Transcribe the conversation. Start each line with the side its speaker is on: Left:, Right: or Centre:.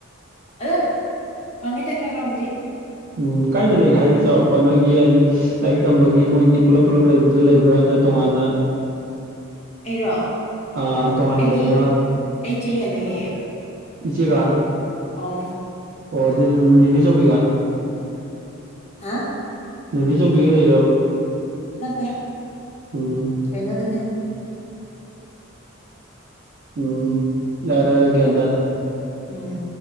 Left: ꯑꯗꯨꯝ ꯐꯪꯉꯤꯗ ꯈꯔ ꯈꯔꯕꯨꯗꯤ
Right: ꯎꯝ ꯀꯥꯏꯗ ꯂꯩꯒꯦ ꯍꯥꯏꯗꯤ ꯆꯥꯎꯔꯥꯛꯄ ꯅꯣꯏꯒꯤ ꯍꯥꯏꯗꯤ ꯂꯥꯏꯔꯤꯛ ꯇꯝꯕꯒꯤ ꯃꯣꯏꯒꯤ ꯄꯨꯂꯞ ꯄꯨꯂꯞ ꯂꯩꯕꯗꯨꯗ ꯂꯩꯕ꯭ꯔꯥ ꯅꯠꯇ꯭ꯔ ꯇꯣꯉꯥꯟꯅ
Left: ꯑꯩꯔꯣ
Right: ꯑꯥ ꯇꯣꯉꯥꯟꯅ
Left: ꯑꯩꯗꯤ
Right: ꯂꯩꯕ꯭ꯔꯥ
Left: ꯑꯩ ꯆꯦꯒ ꯂꯩꯌꯦ
Right: ꯏꯆꯦꯒ
Left: ꯑꯧ
Right: ꯑꯣ ꯑꯗꯨꯗꯤ ꯅꯤꯅꯦꯆꯧꯕꯤꯒ
Left: ꯍꯥ
Right: ꯅꯦꯅꯦꯆꯧꯕꯤꯒ ꯂꯩꯔꯤꯔꯥꯕ
Left: ꯅꯠꯇꯦ
Right: ꯎꯝ
Left: ꯀꯩꯅꯣꯗꯅꯦ
Right: ꯎꯝ ꯌꯥꯔꯦ ꯌꯥꯔꯦ ꯒꯥ꯭ꯌꯟ ꯇꯔꯦ
Left: ꯎꯝ